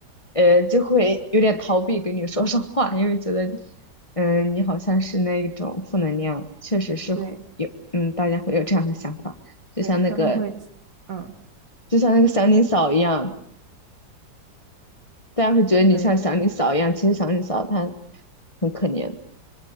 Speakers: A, on the left; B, on the right.
A: 呃，就会有点逃避跟你说上话，因为觉得，嗯、你好像是那一种负能量，确实是会有，
B: 对
A: 嗯，大家会有这样的想法，就像那个，
B: 对，他们会，嗯，
A: 就像那个祥林嫂一样，大家会觉得你像祥林嫂一样，
B: 对。
A: 其实祥林嫂她很可怜，